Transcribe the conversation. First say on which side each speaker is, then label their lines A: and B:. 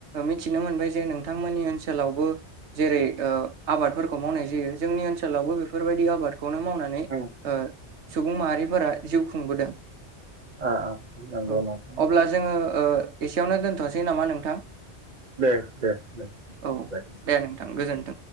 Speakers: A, on the right (about 80°); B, on the right (about 40°).
A: मिथिनो मोनबाय जे नोंथांमोननि ओनसोलावबो जेरै आबादफोरखौ मावनाय जायो जोंनि ओनसोलावबो बेफोरबायदि आबाद बे खौनो मावनानै
B: ओम
A: ओ सुबुं माहारिफोरा जिउ खुंबोदों
B: औ नंगौ
A: औ
B: नंगौ।
A: अब्ला जोङो एसेयावनो दोनथ'नोसै नामा नोंथां।
B: दे दे दे
A: औ
B: जागोन।
A: दे नोंथां गोजोन्थों